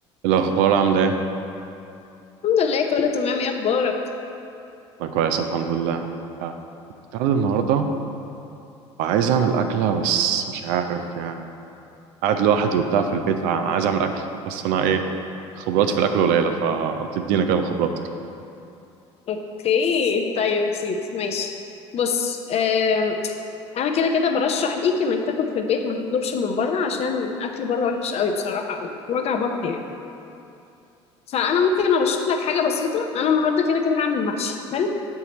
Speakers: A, on the right (about 65°); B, on the left (about 45°).
A: الأخبار عاملة إيه؟
B: الحمد لله كله تمام ايه اخبارك
A: أنا كويس الحمد لله آه، كنت قاعد النهاردة وعايز أعمل أكلة بس مش عارف يعني قاعد لوحدي وبتاع في البيت فعايز أعمل أكل بس أنا إيه خبراتي في الأكل قليلة فتدينا كده من خبراتك
B: اوكي طيب يا سيدي ماشي بص آم، انا كده كده برشح ليك انك تاكل في البيت ما تطلبش من بره عشان اكل بره وحش قوي بصراحه وجع بطن يعني فانا ممكن ارشح لك حاجه بسيطه انا النهارده كده كده هعمل محشي حلو